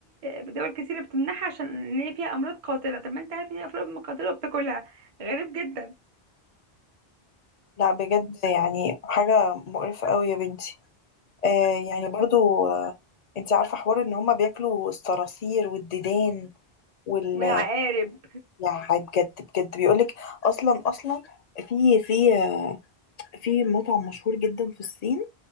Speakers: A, on the right; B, on the left.
A: في دول كتيرة بتمنعها عشان ان هي فيها امراض قاتلة طب ما انت عارف ان هي امراض قاتلة وبتاكلها غريب جدا
B: لا بجد يعني حاجه مقرفه قوي يا بنتي آه يعني برضو آه انت عارفه حوار ان هما بياكلوا الصراصير والديدان وال
A: والعقارب
B: يعني بجد بجد بيقولك اصلا اصلا في في آه، في مطعم مشهور جدا في الصين